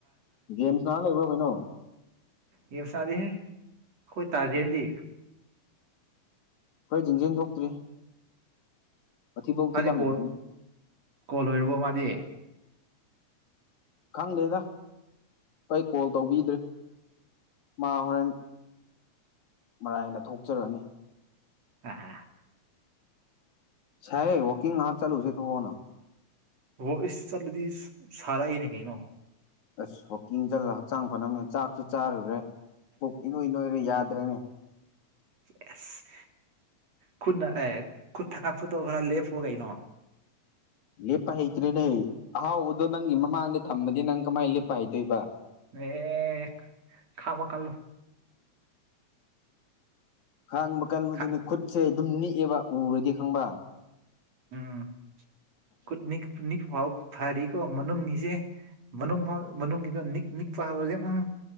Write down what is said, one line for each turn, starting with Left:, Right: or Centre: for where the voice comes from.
Left: ꯒꯦꯝ ꯁꯅ ꯂꯩꯕ ꯀꯩꯅꯣ
Right: ꯌꯦ ꯐ ꯁꯥꯗꯤ ꯍ ꯍꯣꯏ ꯇꯥꯖ ꯍꯦꯟꯗꯤ
Left: ꯑꯩꯈꯣꯏ ꯆꯤꯡꯖꯦꯜ ꯊꯣꯛꯇ꯭ꯔꯤ ꯋꯥꯊꯤꯕꯧ
Right: ꯃꯥꯗꯤ
Left: ꯊꯤꯜꯂꯝꯃꯛꯈꯤꯅꯤ
Right: ꯀꯣꯜ ꯀꯣꯜ ꯂꯣꯏꯔꯕꯣ ꯃꯥꯗꯤ
Left: ꯈꯪꯗꯦꯗ ꯑꯩ ꯀꯣꯜ ꯇꯧꯕꯤꯗ꯭ꯔꯔꯤ ꯃꯥ ꯍꯣꯔꯦꯟ ꯃꯔꯥꯏꯅꯥ ꯊꯣꯛꯆꯔꯛꯅꯤ
Right: ꯑꯥꯑꯥ
Left: ꯁꯥꯌꯦ ꯋꯥꯀꯤꯡ ꯉꯥꯏꯍꯥꯛ ꯆꯠꯂꯨꯁꯦ ꯊꯣꯔꯛꯑꯣꯅꯥ
Right: ꯍꯣ ꯏꯁ ꯆꯠꯂꯗꯤ ꯁꯔꯛꯑꯦꯅꯦ ꯀꯩꯅꯣ
Left: ꯑꯁ ꯋꯥꯛꯀꯤꯡ ꯆꯠꯂꯥ ꯍꯛꯆꯥꯡ ꯐꯅꯝꯃꯦ ꯆꯥꯛꯁꯨ ꯆꯥꯔꯨꯔꯦ ꯄꯨꯛ ꯏꯅꯣꯏ ꯅꯣꯏꯔꯦ ꯌꯥꯗ꯭ꯔꯦꯃꯦ
Right: ꯌꯥꯁ ꯈꯨꯠꯅꯥ ꯑꯦ ꯈꯨꯠ <unintelligible> ꯂꯦꯞꯄꯣ ꯀꯩꯅꯣ
Left: ꯂꯦꯞꯄꯥ ꯍꯩꯇ꯭ꯔꯦꯅꯦ ꯑꯍꯥꯎꯕꯗꯣ ꯅꯪꯒꯤ ꯃꯃꯥꯡꯗ ꯊꯝꯃꯥꯗꯤ ꯅꯪ ꯀꯃꯥꯏꯅ ꯂꯦꯞꯄꯥ ꯍꯩꯗꯣꯏꯕ
Right: ꯑꯦ ꯈꯃ ꯀꯜꯂꯨ
Left: ꯈꯥꯡꯕ ꯀꯟꯗꯨꯅꯦ
Right: ꯈꯥ-
Left: ꯈꯨꯠꯁꯦ ꯑꯗꯨꯝ ꯅꯤꯛꯑꯦꯕ ꯎꯔꯗꯤ ꯈꯪꯕ
Right: ꯎꯝ ꯈꯨꯠ ꯅꯤ ꯐꯥꯎ ꯐꯔꯤꯀꯣ ꯃꯅꯨꯡꯅꯤꯁꯦ ꯃꯅꯨꯡꯎ ꯃꯅꯨꯡꯒꯤꯗ ꯅꯤꯛ ꯅꯤꯛꯄ ꯍꯧꯔꯒꯦ ꯎꯝ